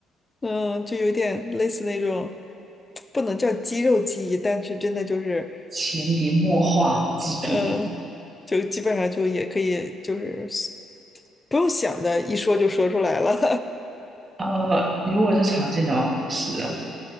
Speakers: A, on the left (about 20°); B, on the right (about 30°).
A: 嗯，就有点类似那种，不能叫肌肉记忆，但是真的就是，
B: 潜移默化记住了。
A: 呃，就基本上就也可以，就是不用想的，一说就说出来了，
B: 呃，如果是常见的话，不是的。